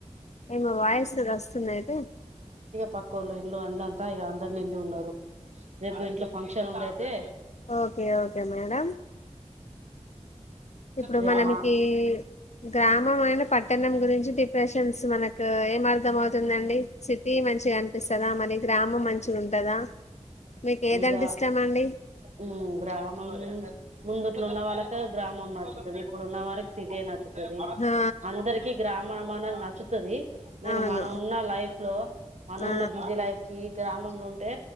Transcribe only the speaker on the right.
పక్కలే ఇ అ అంతా ఇ అందరు నిండి ఉన్నారు రేపు ఇంట్లో ఫంక్షన్ ఉందయితే
రేపు
మా
ఇగ
ఉమ్ గ్రామం ముందుట్లో ఉన్న వాళ్ళకి గ్రామం నచ్చుతుది ఇప్పుడు ఉన్న వాళ్ళకి సిటీ నచ్చుతుంది తది
అందరికి గ్రామ మన మనలు నచ్చుతుది ననీ
మనం ఉన్న లైఫ్ లో మనం
ఉన్న బిజీ లైఫ్ కి గ్రామంలో ఉంటే